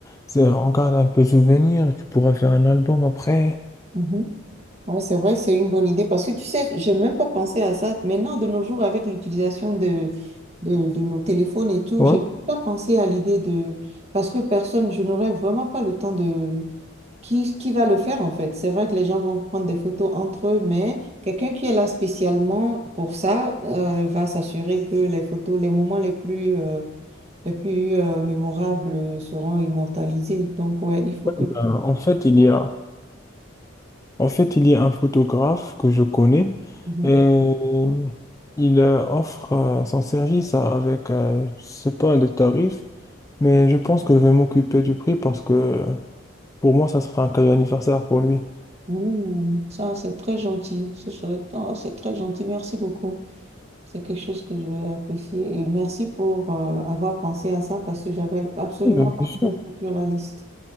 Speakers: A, on the left; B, on the right.
A: c'est- on garde un peu souvenir. Tu pourras faire un album après.
B: Mhm. Ouais, c'est vrai, c'est une bonne idée parce que tu sais, j'ai même pas pensé à ça. Maintenant, de nos jours, avec l'utilisation de, de, de nos téléphones et tout,
A: Ouais.
B: j'ai même pas pensé à l'idée de... Parce que personne, je n'aurais vraiment pas le temps de... Qui, qui va le faire en fait? C'est vrai que les gens vont prendre des photos entre eux, mais quelqu'un qui est là spécialement pour ça euh, va s'assurer que les photos, les moments les plus... euh, les plus euh, mémorables seront immortalisés. Donc, ouais, il faut que...
A: Euh,
B: je-
A: en fait, il y a... En fait, il y a un photographe que je connais
B: Mhm.
A: et il euh, offre euh, son service à- avec, euh, je sais pas le tarif, mais je pense que je vais m'occuper du prix parce que pour moi, ça sera un cadeau d'anniversaire pour lui.
B: Ouh, ça, c'est très gentil. Ce serait- oh, C'est très gentil. Merci beaucoup. C'est quelque chose que je vais apprécier. Et merci pour euh, avoir pensé à ça parce que j'avais absolument
A: Ben,
B: pas
A: bien sûr.
B: pensé sur la liste.